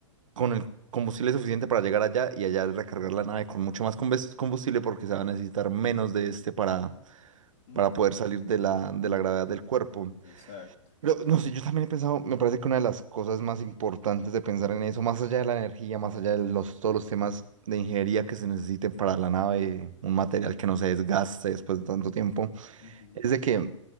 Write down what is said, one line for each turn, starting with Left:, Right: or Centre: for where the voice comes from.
Right: con el combustible suficiente para llegar allá y allá recargar la nave con mucho más combes- combustible porque se va a necesitar menos de este para,
Left: Ujú.
Right: para poder salir de la, de la gravedad del cuerpo.
Left: Exacto.
Right: Pero no sé, yo también he pensado, me parece que una de las cosas más importantes de pensar en eso, más allá de la energía, más allá de los, todos los temas de ingeniería que se necesiten para la nave, un
Left: Ujú,
Right: material que no se desgaste después de tanto tiempo.
Left: ujú,
Right: Es de que,